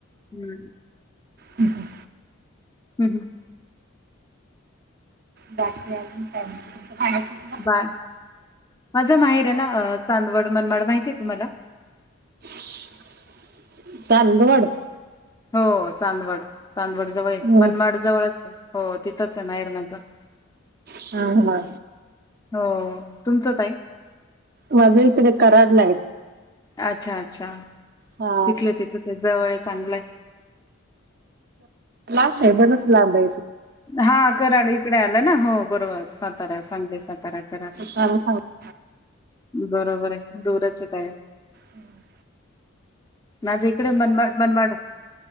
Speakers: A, on the left (about 15°); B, on the right (about 45°).
A: हम्म.
B: हम्म.
A: हम्म हम्म.
B: बाकी अजून काय म तुमच खायचं
A: बाय माझा माहीर हाय ना चांदवड मनमड माहिती आहे तुम्हाला?
B: <unintelligible> चांदवड
A: हो चांदवड चांदवड जवळ
B: हम्म.
A: मनमाड जवळचये हो तिथंच आहे माहेर माझ
B: हम्म हा
A: हो तुमचं ताई
B: माझं इकडे कराडलाय
A: अच्छा अच्छा
B: हा
A: तिथले तिथ जवळय चांगलंय
B: लांब हाय बरच लांबये की
A: हा कराड इकडे आलं ना हो बरोबर सातारा सांगली साताऱ्याकडे
B: <inaudible>
A: बरोबरये दूरच येताय
B: हम्म.
A: माझ इकडे मनमड मनमाड